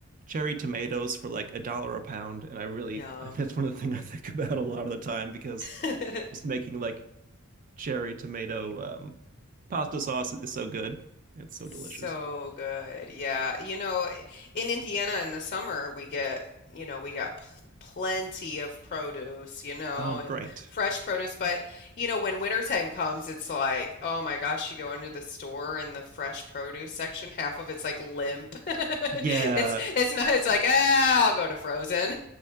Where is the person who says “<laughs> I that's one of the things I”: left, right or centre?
Right